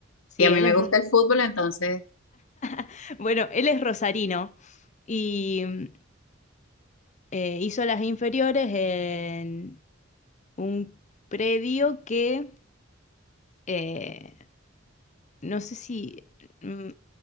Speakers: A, on the left; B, on the left.
A: sí,
B: Y a mí
A: él
B: me
A: es,
B: gusta
A: ro-
B: el fútbol, entonces,
A: <laughs> bueno, él es rosarino y mm, eh, hizo las inferiores en un predio que, eh, no sé si... mm,